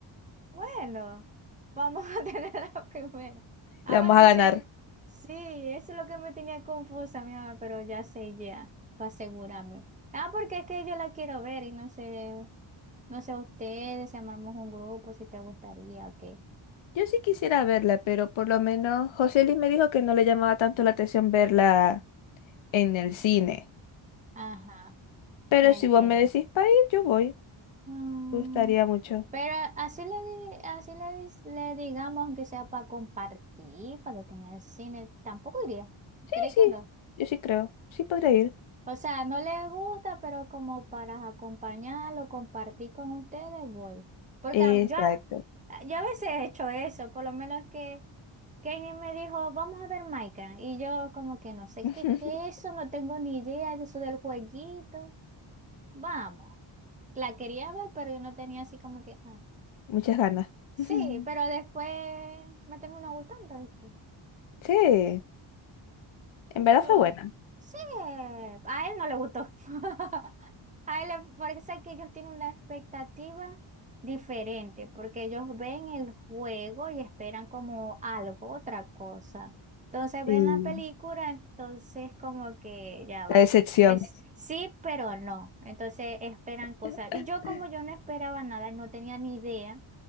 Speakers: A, on the right; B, on the left.
A: Bueno, vamos a <laughs> tener la primera. Ah,
B: le vamos
A: bueno,
B: a
A: yo
B: ganar.
A: sé. es- Sí, eso es lo que me tenía confusa, mi mamá, pero ya sé ya, para asegurarme. Ah, porque es que yo la quiero ver y no sé. No sé, ustedes, si armamos un grupo, si te gustaría, ok.
B: Yo sí quisiera verla, pero por lo menos José Luis me dijo que no le llamaba tanto la atención verla en el cine.
A: Ajá,
B: Pero
A: la
B: si
A: entiendo.
B: vos me decís para ir, yo voy.
A: Mm,
B: Me gustaría mucho.
A: pero así le, di- así le, dis- le digamos, aunque sea para compartir, para que tenga el cine, tampoco iría.
B: Sí,
A: ¿Cree
B: sí,
A: que no?
B: yo sí creo. Sí podría ir.
A: O sea, no le gusta, pero como para acompañarlo, compartir con ustedes, voy. Porque
B: Exacto.
A: a- yo, a- yo a veces he hecho eso, por lo menos que Kenny me dijo, vamos a ver Minecraft. Y yo como que no sé
B: <laughs>
A: qué es eso, no tengo ni idea de eso del jueguito. Vamos. La quería ver, pero yo no tenía así como que... ah.
B: Muchas ganas.
A: Sí,
B: <laughs>
A: pero después me terminó gustando, ¿viste?
B: Sí, en verdad
A: Todo.
B: fue buena.
A: bien. Sí, a él no le gustó. <laughs> A él le parece que ellos tienen una expectativa diferente, porque ellos ven el juego y esperan como algo, otra cosa. Entonces
B: Sí.
A: ven la película, entonces como que ya
B: la
A: va.
B: decepción.
A: Es sí, pero no. Entonces esperan cosas.
B: <laughs>
A: Y yo como yo no esperaba nada, no tenía ni idea.